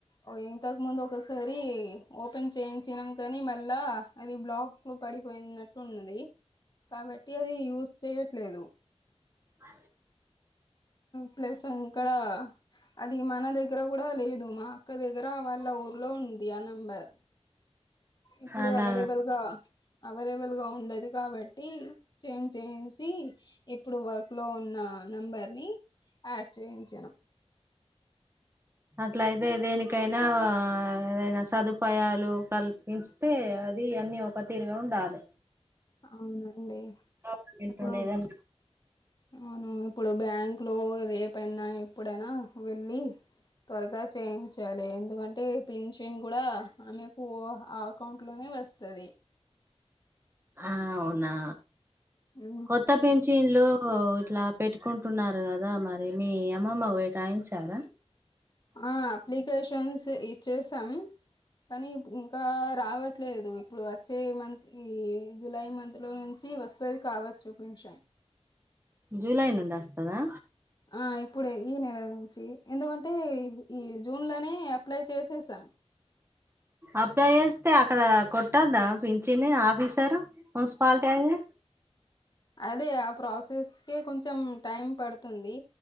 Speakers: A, on the left (about 40°); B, on the right (about 20°).
A: ఓ ఇంతకు ముందు ఒకసారి ఓపెన్ చేయించినాం కానీ మళ్ళా అది బ్లాక్ లో పడిపోయినట్టు ఉన్నది కాబట్టి అది యూజ్ చేయట్లేదు
B: అ
A: ప్లస్ అంకడా అది మన దగ్గర కూడా లేదు మా అక్క దగ్గర వాళ్ళ ఊర్లో ఉంది ఆ నెంబర్ ఇప్పుడు
B: అలా
A: అవైలబుల్ గా అవైలబుల్ గా ఉండదు కాబట్టి చేంజ్ చేసి ఇప్పుడు వర్క్ లో ఉ నా నంబర్ ని యాడ్ చేయించాను
B: అట్లయితే దేనికైనా ఏదైనా సదుపాయాలు కల్పి అే అది అన్ని ఒక తీరుగా ఉండాలి
A: అవునండి
B: గవర్నమెంట్
A: ఇప్పుడు
B: ఏదన్నా
A: అవును ఇప్పుడు బ్యాంక్ లో రేపయినా ఎప్పుడైనా వెళ్లి త్వరగా చేయించాలి ఎందుకంటే పిన్చిన్ కూడా ఆమెకు ఆ అకౌంట్ లోనే వస్త వస్తది
B: ఆ అవునా
A: హు
B: కొత్త పెంచిన్లు ఇట్లా పెట్టుకుంటున్నారు కదా మరి మీ అమ్మమ్మ వటాయించారా
A: ఆ అప్లికేషన్స్ ఇచ్చేసాం కానీ ఇంకా రావట్లేదు ఇప్పుడు వచ్చే మంత్ ఈ జులై మంత్ లో నుంచి వస్త వస్తాది కావచ్చు పిన్షన్
B: జూలై నుండి వస్తదా
A: ఆ ఇప్పుడే ఈ నెల నుంచి ఎందుకంటే ఈ జూన్ లోనే అప్లై చేసేసాం
B: అప్లై చేస్తే అక్కడ కొట్టద్దా పంచిని ఆఫీసర్ మున్సిపిటీయయి
A: అదే ఆ ప్రాసెస్ కే కొంచెం టైం పడుతుంది